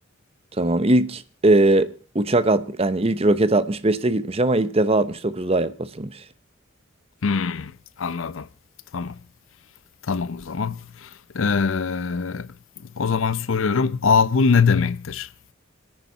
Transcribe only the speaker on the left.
Hmm, anladım. Tamam. Tamam o zaman. Ee, o zaman soruyorum. Ahun ne demektir?